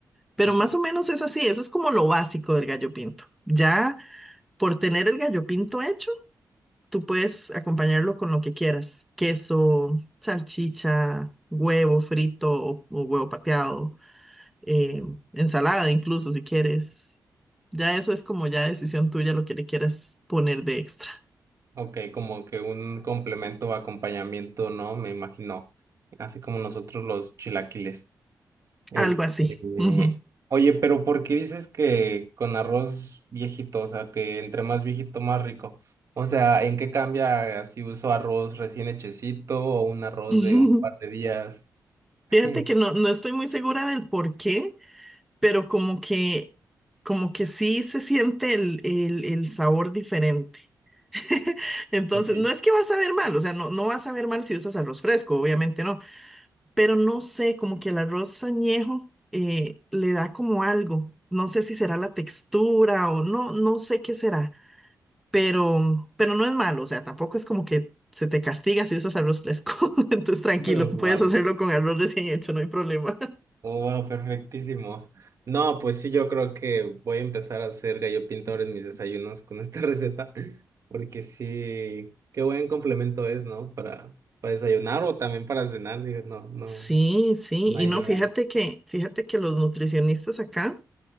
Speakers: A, in the centre; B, on the right.
A: Pero
B: o-
A: más o menos es así, eso es como lo básico del gallo pinto. Ya por tener el gallo pinto hecho, tú puedes acompañarlo con lo que quieras, queso, salchicha, huevo frito o, o huevo pateado, eh, ensalada incluso si quieres. Ya eso es como ya decisión tuya lo que le quieras poner de extra,
B: ok, como que un complemento o acompañamiento, ¿no? Me imagino, así como nosotros los chilaquiles. Este,
A: algo así. Ujú.
B: oye, pero ¿por qué dices que con arroz viejito, o sea, que entre más viejito más rico? O sea, ¿en qué cambia si uso arroz recién hechecito o un arroz
A: <laughs>
B: de un par de días? <laughs>
A: Fíjate que no, no estoy muy segura del por qué, pero como que, como que sí se siente el, el- el sabor diferente. <laughs> Entonces,
B: Ok.
A: no es que vas a ver mal, o sea, no, no vas a ver mal si usas arroz fresco, obviamente no, pero no sé, como que el arroz añejo eh, le da como algo. No sé si será la textura o no, no sé qué será, pero, pero no es malo, o sea, tampoco es como que se te castiga si usas arroz fresco. <laughs> Entonces, tranquilo,
B: <laughs>
A: puedes
B: Wow.
A: hacerlo con arroz recién hecho, no hay problema.
B: wow, perfectísimo. No, pues sí, yo creo que voy a empezar a hacer gallo pintor en mis desayunos con esta <laughs> receta, porque sí, qué buen complemento es, ¿no? Para, para desayunar o también para cenar, digo, no, no,
A: Sí, sí,
B: no
A: y
B: hay
A: no,
B: hora.
A: fíjate que, fíjate que los nutricionistas acá